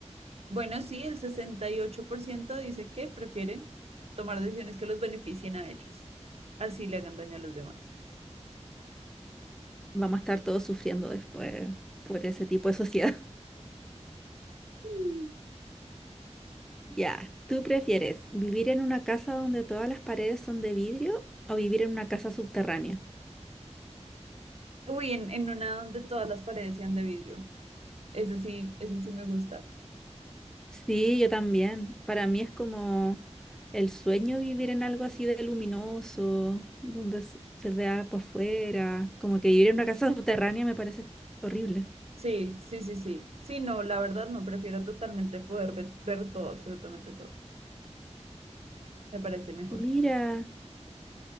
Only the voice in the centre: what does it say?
Vamos a estar todos sufriendo después por ese tipo de sociedad. <laughs>
Ya, ¿Tú prefieres vivir en una casa donde todas las paredes son de vidrio o vivir en una casa subterránea?
Sí, yo también. Para mí es como el sueño vivir en algo así de luminoso, donde s- se vea por fuera. Como que vivir en una casa subterránea me parece horrible.
Mira,